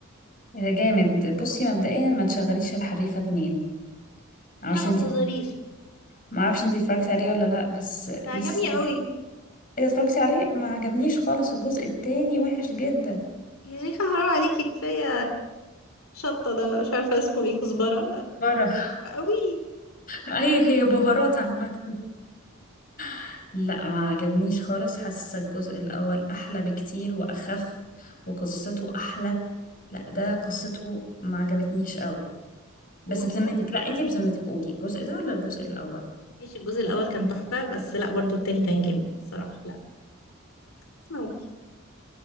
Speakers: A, on the left; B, on the left.
A: ايه ده جامد بصي مبدئيا ما تشغليش الحريفه اتنين معرفش
B: لا ما
A: انتي
B: تهزريش
A: معرفش انتي اتفرجتي عليه ولا لا بس
B: ده عجبني
A: لسه
B: قوي
A: اذا اتفرجتي عليه ما عجبنيش خالص الجزء التاني وحش جدا
B: يا شيخه حرام عليكي كفايه شطه ده مش عارفه اسمه ايه كزبره
A: برا <laughs>
B: قوي
A: اي هي بهارات عامة <laughs> لا ما عجبنيش خالص حاسة الجزء الاول احلى بكتير واخف وقصته احلى لا ده قصته ما عجبتنيش قوي بس
B: هو اوفر
A: بذمتك
B: في الآخر.
A: لا انت بذمتك قولي الجزء ده ولا الجزء الاول
B: ماشي الجزء الاول كان تحفه بس لا برضو التاني كان جامد الصراحه لا اسمعك